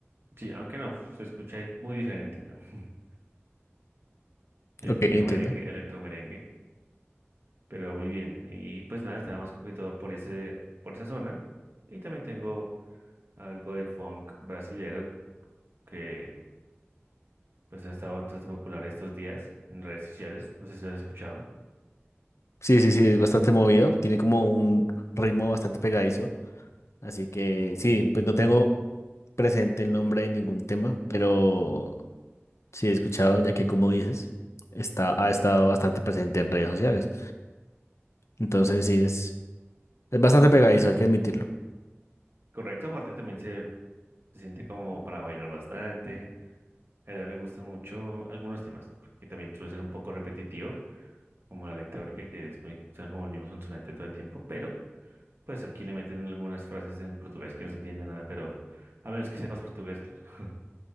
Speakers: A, on the right; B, on the left.
A: Sí, aunque no, se escucha ahí muy diferente, ¿no? <laughs> Del
B: Ok,
A: tecnomerengue,
B: entiendo.
A: electromerengue, pero muy bien. Y pues nada, estaba más complicado por ese, por esa zona. Y también tengo algo de funk brasilero que pues ha estado bastante popular estos días en redes sociales, no sé si lo has escuchado.
B: Sí, sí, sí, es bastante movido, tiene como un ritmo bastante pegadizo, así que
A: Ujú.
B: sí, pues no tengo presente el nombre de ningún tema, pero sí he escuchado, ya que como dices, está, ha estado bastante presente en redes sociales. Entonces sí, es, es bastante pegadizo, hay que admitirlo.
A: Correcto, aparte también se, se siente como para bailar bastante. La verdad me gusta mucho algunos temas, porque también suele ser un poco repetitivo, como la electrónica, que es muy, suena como el mismo sonsonete todo el tiempo, pero pues aquí le meten algunas frases en portugués que no se entiende nada, pero a menos que sepas portugués, claro. <laughs>